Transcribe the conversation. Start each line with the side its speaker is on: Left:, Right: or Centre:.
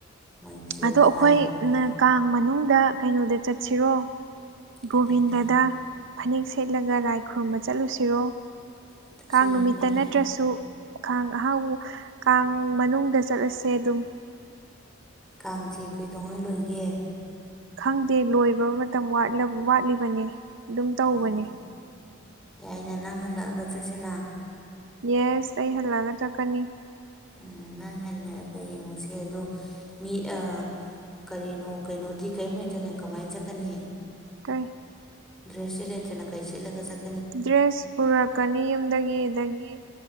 Centre: ꯃꯣꯏ ꯆꯦꯒ
Right: ꯑꯗꯣ ꯑꯩꯈꯣꯏ
Centre: ꯂꯥꯛꯑꯦꯕꯀꯣ
Right: ꯅ ꯀꯥꯡ ꯃꯅꯨꯡꯗ ꯀꯩꯅꯣꯗ ꯆꯠꯁꯤꯔꯣ
Centre: ꯀꯗꯥꯏꯗ
Right: ꯒꯣꯕꯤꯟꯗꯗ ꯐꯅꯦꯛ ꯁꯦꯠꯂꯒ ꯂꯥꯏ ꯈꯨꯔꯨꯝꯕ ꯆꯠꯂꯨꯁꯤꯔꯣ
Centre: ꯑꯗꯨꯁꯨ
Right: ꯀꯥꯡ ꯅꯨꯃꯤꯠꯇ
Centre: ꯌꯦꯡꯕ ꯌꯥꯏ
Right: ꯅꯠꯇ꯭ꯔꯁꯨ ꯀꯥꯡ ꯑꯍꯥꯎ ꯀꯥꯡ ꯃꯅꯨꯡꯗ ꯆꯠꯂꯁꯦ ꯑꯗꯨꯝ
Centre: ꯀꯥꯡꯁꯦ ꯀꯩꯗꯧꯉꯩ ꯂꯣꯏꯒꯦ
Right: ꯈꯪꯗꯦ ꯂꯣꯏꯕ ꯃꯇꯝ ꯋꯥꯠꯂꯝ ꯋꯥꯠꯂꯤꯕꯅꯦ ꯑꯗꯨꯝ ꯇꯧꯕꯅꯦ
Centre: ꯑꯣ ꯌꯥꯏꯅ ꯅꯪ ꯍꯜꯂꯛꯑꯒ ꯆꯠꯁꯤꯅ
Right: ꯌꯦꯁ ꯑꯩ ꯍꯜꯂꯛꯑꯒ ꯆꯠꯀꯅꯤ
Centre: ꯎꯝ ꯅꯪ ꯍꯜꯂꯛꯑꯒ ꯌꯦꯡꯉꯨꯁꯦ ꯑꯗꯣ ꯃꯤ ꯑ ꯀꯔꯤꯅꯣ ꯀꯩꯅꯣꯗꯤ ꯀꯔꯤꯝ ꯂꯩꯇꯅ ꯀꯃꯥꯏꯅ ꯆꯠꯀꯅꯤ
Right: ꯀꯩ
Centre: ꯗ꯭ꯔꯦꯁꯁꯨ ꯂꯩꯇꯅ ꯀꯩ ꯁꯦꯠꯂꯒ ꯆꯠ
Right: ꯗ꯭ꯔꯦꯁ ꯄꯨꯔꯛꯀꯅꯤ ꯌꯨꯝꯗꯒꯤ ꯑꯗꯒꯤ